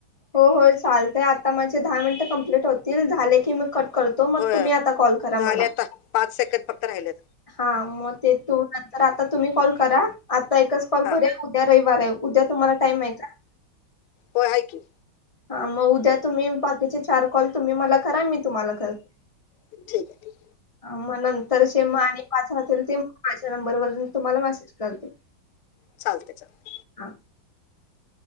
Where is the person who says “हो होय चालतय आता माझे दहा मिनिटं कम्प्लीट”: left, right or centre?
Left